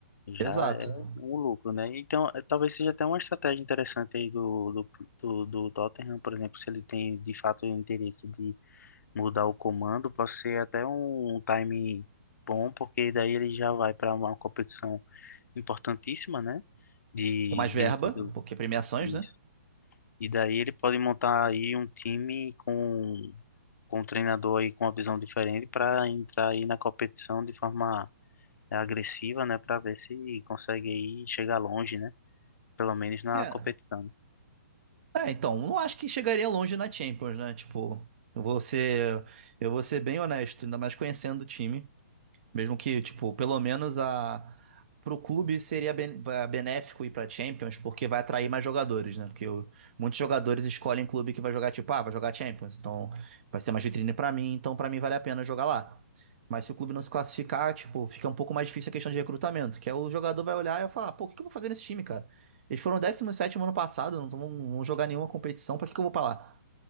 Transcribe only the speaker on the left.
Já
é um lucro, né? Então, eh, talvez seja até uma estratégia interessante aí do, do, do, do Tottenham, por exemplo, se ele tem de fato o interesse de mudar o comando, pode ser até um, time bom, porque daí ele já vai para uma competição importantíssima, né? De,
de um título.
Isso.
E daí ele pode montar aí um time com, com um treinador aí com uma visão diferente para entrar aí na competição de forma agressiva, né? Para ver se consegue aí chegar longe, né? Pelo menos na
competição.